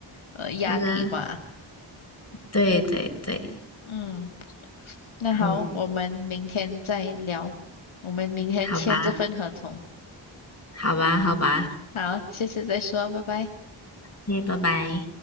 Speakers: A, on the left; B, on the left.
A: 呃压力吧。
B: 那个，对对对，
A: 嗯，那好，
B: 嗯，
A: 我们明天再聊，我们明天签这份合同。
B: 好吧，好吧，好吧，
A: 好，谢谢再说，拜拜。
B: 嘿，拜拜。